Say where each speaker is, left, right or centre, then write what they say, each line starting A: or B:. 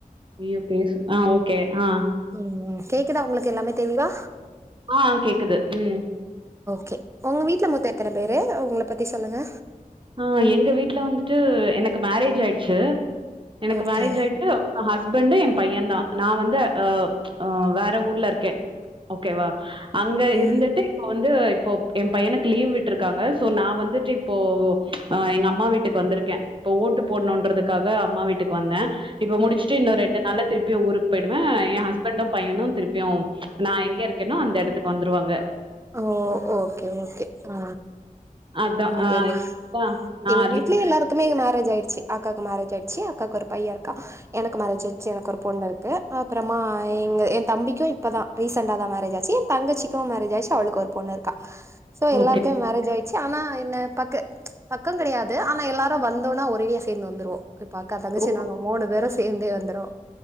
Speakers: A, on the right (about 35°); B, on the right (about 20°).
A: ஐயோ பேசு ஆ ஓகே ஆ
B: ம் கேக்குதா உங்களுக்கு எல்லாமே தெளிவா
A: ஆ கேக்குது ம்
B: கே உங்க வீட்ல மொத்த எத்தன பேரு ஒங்கல பத்தி சொல்லுங்க
A: ஆ எங்க வீட்ல வந்துட்டு எனக்கு மேரேஜ் ஆயிடுச்சு எனக்கு
B: ஓகே
A: மேரேஜ் ஆயிட்டு அப்றோ ஹஸ் பண்டு எ பைய தா நா வந்து அ வேற ஊர்லருக்கே ஓகேவா அங்க
B: ம்
A: இருந்துட்டு இப்போ வந்து இப்போ எ பையனுக்கு லீவ் விட்டுருக்காங்க சோ நா வந்துட் இப்போ ஆ எங்க அம்மா வீட்டுக் வந்திருக்கே இப்ப ஓட்டு போட்னுன்றதுக்காக அம்மா வீட் டுக் வந்தே இப்ப முடிச்ட்டு இன்னொரு ரெண்டு நாள திருப்பியு ஊருக்கு போய்டுவே எ ஹஸ்பண்டு பையனு திருப்பியு நா எங்க இருக்கேனோ அந்த எடத்துக் வந்துருவாங்க
B: ஓ ஓகே ஓகே ஆ
A: அதான்.
B: ம்
A: அ
B: எங்க
A: அதான். ஆ
B: எங்க வீட்லயே
A: லீவ்
B: எல்லாருக்குமே மேரேஜ் ஆயிடுச்சி அக்காக்கு மேரேஜ் ஆய்ட்ச்சி அக்காக்கு ஒரு பையருக்கா எனக்கு மேரேஜ் ஆச்சி எனக்கு ஒரு பொண்ருக்கு அப்புறமா ங்க எ தம்பிக்கு இப்பதா ரீசன்டா தா மேரேஜ் ஆச்சி எ தங்கச்சிக்கு மேரேஜ் ஆச் அவளுக்கு ஒரு பொண்ருக்கா சோ எல்லாருக்மே
A: ஓகே.
B: மேரேஜ் ஆயிட்ச்சு ஆனா என்ன பக்க ப்ச் பக்கங் கெடையாது ஆனா எல்லாரு வந்தோனா ஒரேடியா சேந்து வந்துருவோ இப் அக்கா தங்கச்சி
A: ஓ!
B: நாங்க மூணு பேரு சேந்தே வந்துருவோ